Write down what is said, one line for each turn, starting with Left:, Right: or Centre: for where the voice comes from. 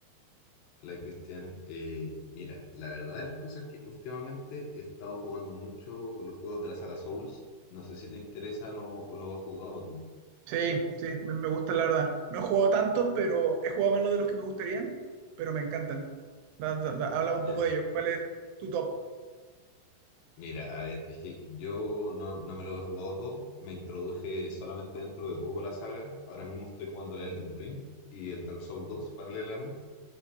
Left: Hola Cristian, Eh, mira, la verdad de las cosas es que últimamente he estado jugando mucho los juegos de la saga Souls. No sé si te interesan o, o lo has jugado tú.
Right: Sí, sí, me, me gustan la verdad. No he jugado tantos, pero he jugado menos de los que me gustarían, pero me encantan. Da- da- da- háblame
Left: Ya.
Right: un poco de ellos.
Left: Com-
Right: ¿Cuál es tu top?
Left: Mira, a ver, es que yo no, no me lo he jugado todo. Me introduje solamente dentro de poco a la saga. Ahora mismo estoy jugando el Elden Ring y el Dark Souls dos paralelamente.